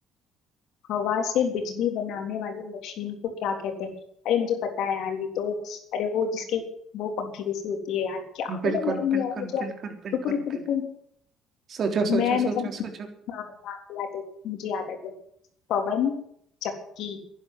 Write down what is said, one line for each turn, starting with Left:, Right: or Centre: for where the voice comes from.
Left: हवा से बिजली बनाने वाली मशीन को क्या कहते हैं अरे मुझे पता है यार ये तो अरे वो जिसके वो पंखे जैसी होती है यार क्या मतलब
Right: बिल्कुल
Left: नाम नहीं
Right: बिल्कुल
Left: आ रहा मुझे यार
Right: बिल्कुल बिल्कुल
Left: रुको रुको रुको
Right: बिल्कुल सोचो
Left: मैं
Right: सोचो सोचो
Left: मतलब
Right: सोचो
Left: हाँ नाम याद है मुझे याद आ गया पवन चक्की